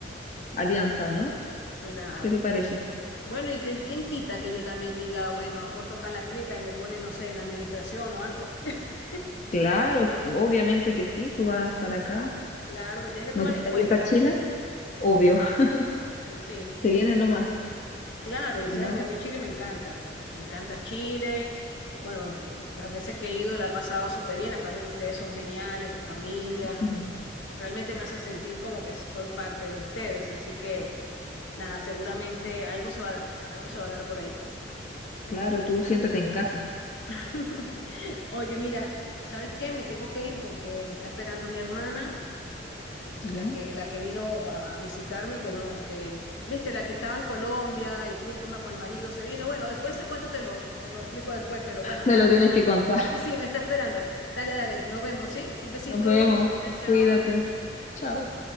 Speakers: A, on the left; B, on the left.
A: alianza, ¿no?
B: claro.
A: ¿Qué te parece?
B: Bueno, y que, quién quita que yo también diga, bueno, aporto acá en la clínica y me ponen, no sé, en administración o algo. <laughs>
A: Claro, obviamente que sí, tú vas a estar acá.
B: Claro, me tienes que tomar
A: ¿No quieres
B: en
A: venirte
B: cuenta,
A: a Chile?
B: ¿eh?
A: Obvio, <laughs>
B: Sí, sí.
A: te vienes nomás.
B: Claro, y
A: Si
B: sabes
A: no,
B: que a mí Chile me encanta, me encanta Chile. Bueno, las veces que he ido la he pasado súper bien, aparte que ustedes son geniales, tu familia,
A: <laughs>
B: realmente me hace sentir como que soy parte de ustedes, así que nada, seguramente algo se va a dar, algo se va a dar por ahí.
A: claro, tú siéntate en casa,
B: <laughs> Oye, mira, ¿sabes qué? Me tengo que ir porque me está esperando mi hermana la
A: ¿ya?
B: que, la que vino a, a visitarme, que no, que, viste, la que estaba en Colombia y tuvo un problema con el marido, se vino. Bueno, después ese cuento te lo, te lo explico después, pero bueno,
A: Me
B: nada,
A: lo tienes
B: me estás,
A: que contar.
B: sí, sí, me está esperando. Dale, dale, nos vemos, ¿sí? Un besito,
A: Nos vemos,
B: chao, chao.
A: cuídate. Chao.